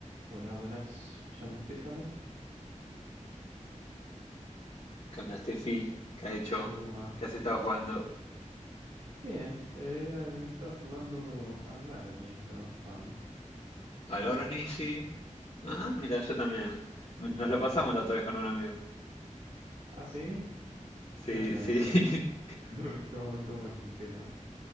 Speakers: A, on the right; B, on the left.
A: Hola, buenas. Me llamo Estefano.
B: ¿Qué onda, Steffi? ¿Qué has hecho?
A: <laughs> ¿Cómo va?
B: ¿Qué has estado jugando?
A: Bien, eh, he estado jugando al Baron y he estado jugando.
B: ¿Al
A: ¿Ubicas?
B: Oronishi? Ah, mira, yo también. Nos
A: ¿Vos también?
B: lo pasamos la otra vez con un amigo.
A: ¿Ah, sí?
B: Sí,
A: ¿Qué onda
B: sí.
A: eso?
B: <laughs>
A: <laughs> ¿Cómo, cómo- es el tema?